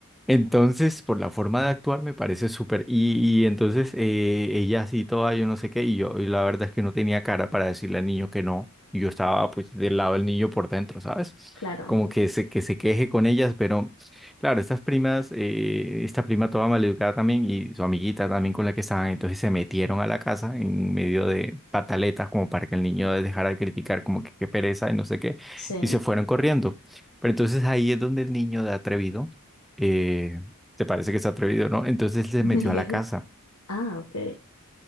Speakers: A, in the centre; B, on the left.
A: Entonces, por la forma de actuar me parece súper. Y, y entonces eh, ella así toda, yo no sé qué, y yo y la verdad es que no tenía cara para decirle al niño que no. y Yo estaba pues del lado del niño por dentro, ¿sabes?
B: claro.
A: Como que se, que se queje con ellas, pero claro, estas primas, eh, esta prima toda maleducada también y su amiguita también con la que estaban, entonces se metieron a la casa en medio de pataletas como para que el niño dejara de criticar como que qué pereza y no sé qué,
B: Sí.
A: y se fueron corriendo. Pero entonces ahí es donde el niño de atrevido eh, te parece que es atrevido, ¿no? Entonces él se
B: <laughs>
A: metió a la casa.
B: Ah, ok.